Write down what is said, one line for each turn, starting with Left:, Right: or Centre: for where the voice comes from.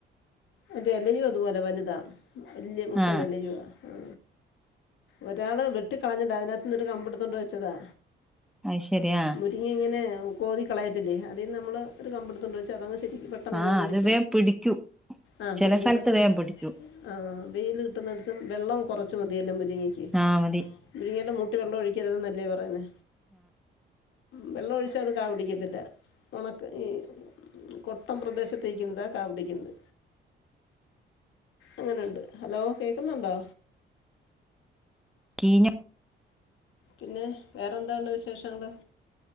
Left: മറ്ററെ എലയും അതുപോലെ വലുതാ വല്യ മുട്ടൻ
Centre: ആഹ്
Left: ഇലയു ആ ഒരാള് വെട്ടി അ അതിനകത്ത് നിന്നെ രു കമ്പിടുത്തോണ്ട് വെച്ചതാ
Centre: അയ് ശരിയാ ആഹ്
Left: പങ്ങി ഇങ്ങനെ കോതി കളയത്തില്ല അതിൽ നിന്ന് നമ്മള് ഒരു കമ്പടുത്ത കൊണ്ട് വെച്ചാ അതങ് ശരിക്കരി പെട്ടെന്ന്
Centre: ആഹ്
Left: അങ്ങ് പിട
Centre: അത് വേം പിടിക്കും
Left: ആഹ്
Centre: ചില
Left: പിടിക്കും
Centre: സ്ഥലത്ത്
Left: പെട്ടെന്ന്
Centre: വേം പിടിക്കും
Left: ആ വെയിൽ കിട്ടുന്നിടത്തും വെള്ളം കുറച്ച് മതിയല്ലേ മുരിങ്ങയ്ക്ക്
Centre: ആ മതി
Left: മുരുങ്ങേടെ മൂട്ടിൽ വെള്ളം ഒഴിക്കരുതെന്നല്ലേ പറയേ വെളളം ഒഴിച്ച അത് കാ പിടിക്കത്തില്ല ഒണക്ക് ഈ കൊട്ടം പ്രദേശത്തക്കുന്നതാ കാ പിടിക്കുന്നത് അങ്ങനെയുണ്ട് ഹലോ കേൾക്കുന്നുണ്ടോ
Centre: ചീഞ്
Left: പിന്നെ വേറെ എന്താണ്ട വിശേഷങ്ങൾ